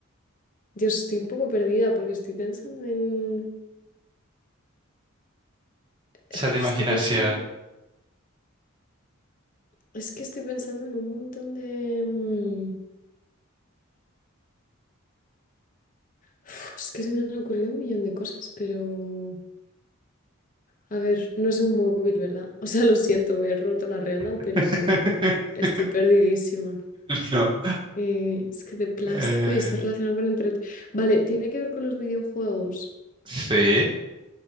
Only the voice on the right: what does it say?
Sea la imaginación.
<laughs>
No.
Eh,
sí.